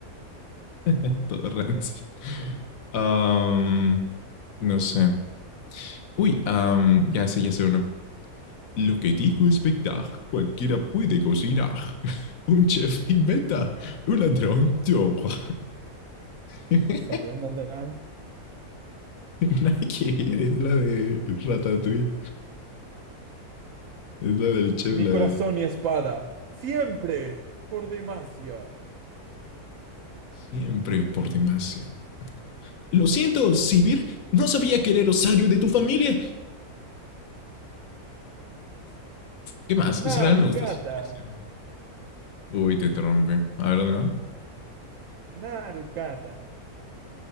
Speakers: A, on the left (about 65°); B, on the right (about 65°).
A: <laughs> todo rancio. Am, no sé. Uy, am, ya sé, ya sé uno. Lo que digo es verdad. Cualquiera puede cocinar. <laughs> Un chef inventa. Un ladrón roba. <laughs>
B: Está buena la.
A: Nada que ver, es la de Ratatouille. Es la del chef,
B: Mi
A: la
B: corazón
A: de...
B: y espada. Siempre. Por Demacia.
A: Siempre por demasiado. Lo siento, Sibir. No sabía que era el osario de tu familia. ¿Qué más?
B: Narugada.
A: Israel me gusta su atracción. Uy, te interrumpí. A ver, ¿no?
B: Narugada.